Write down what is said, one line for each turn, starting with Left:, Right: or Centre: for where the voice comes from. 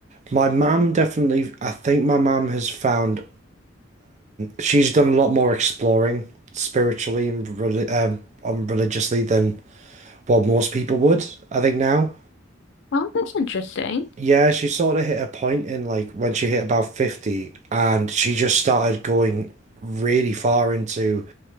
Right: my mum definitely, I think my mum has found she's done a lot more exploring spiritually and reli- um, um, religiously than what most people would, I think now.
Left: Oh, that's interesting.
Right: Yeah, she sort of hit a point in like when she hit about 50 and she just started going really far into